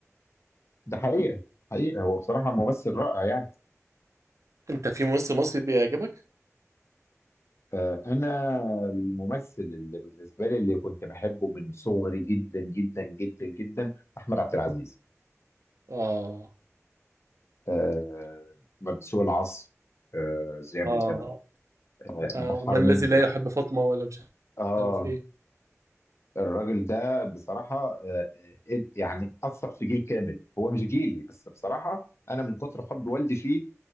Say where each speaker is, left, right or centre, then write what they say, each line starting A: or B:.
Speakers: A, on the left; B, on the right.
A: ده حقيقه حقيقه هو بصراحه ممثل رائع يعني
B: انت في ممثل مصري بيعجبك
A: آه، انا الممثل اللي بالنسبه لي اللي كنت بحبه من صغري جدا جدا جدا جدا احمد عبد العزيز
B: اه
A: آه سوق العصر آه ذئاب
B: اه
A: الجبل آه
B: آه
A: البحار
B: ومن
A: مندي
B: الذي لا يحب فاطمة ولا مش
A: اه
B: عارف ايه
A: الراجل ده بصراحة آه، آه، يعني أثر في جيل كامل هو مش جيلي بس بصراحة أنا من كتر حب والدي فيه